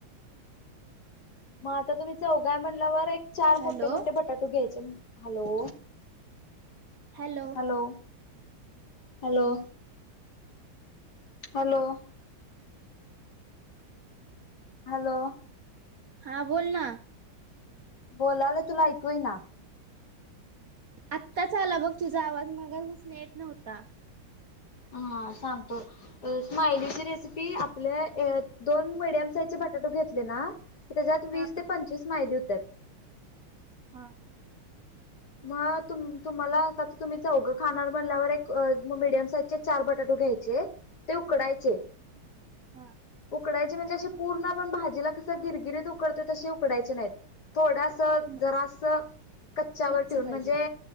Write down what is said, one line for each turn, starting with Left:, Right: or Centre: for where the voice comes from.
Left: मग आता तुम्ही चौघाय म्हणल्यावर एक चार
Right: हॅलो
Left: मोठे मोठे बटाटू घ्यायचे. Hello!
Right: Hello!
Left: Hello! Hello! Hello! Hello!
Right: हा बोल ना.
Left: बोलायला तुला ऐकूय ईना
Right: आत्ताच आला बघ तुझा आवाज मगापासन येत नव्हता.
Left: हम सांगतो. स्मायलीची रेसिपी आपल्या दोन मिडियम साइजचे बटाटो घेतले ना तेज्यात वीस
Right: हा
Left: ते पंचवीस स्माईली होत्यात.
Right: हां.
Left: मग तु तुम्हाला आता तुम्ही चौघं खाणार मनल्यावर एक मिडियम साईजचे चार बटाटो घ्यायचे. चे ते उकडायचे
Right: हम्म.
Left: उकडायचे म्हणजे असे पूर्ण आपण भाजीला कसं गिरगिरीत उकडते तसे उकडायचे नाहीत. थोडास
Right: म-
Left: जरासं कच्च्यावर
Right: कच्च
Left: ठेवून
Right: पाहिजे
Left: म्हणजे